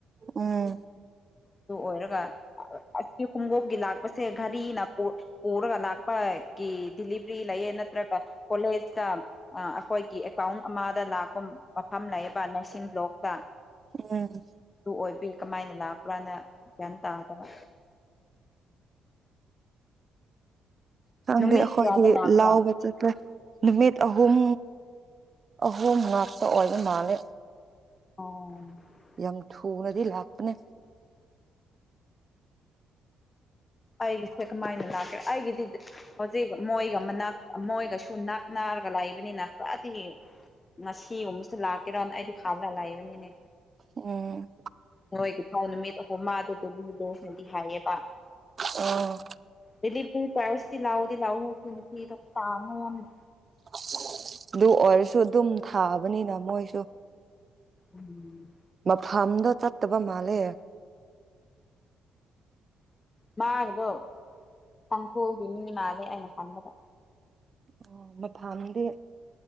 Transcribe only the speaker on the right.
ꯎꯝ
ꯎꯝ
ꯈꯪꯗꯦ
ꯑꯇꯣꯢꯒꯤ
ꯂꯥꯎꯒ ꯆꯠꯇꯦ ꯅꯨꯃꯤꯠ ꯑꯍꯨꯝ ꯑꯍꯨꯝ ꯉꯥꯛꯛꯇ ꯑꯣꯏꯕ ꯃꯥꯜꯂꯦ
ꯌꯥꯝ ꯊꯨꯅꯗꯤ ꯂꯥꯛꯄꯅꯦ
ꯎꯝ
ꯑꯣ
ꯑꯁ ꯑꯗꯨ ꯑꯣꯏꯔꯁꯨ ꯑꯗꯨꯝ ꯊꯥꯕꯅꯤꯅ ꯃꯣꯏꯁꯨ
ꯃꯐꯝꯗꯣ ꯆꯠꯇꯕ ꯃꯥꯜꯂꯦ
ꯑꯣ ꯃꯐꯝꯗꯤ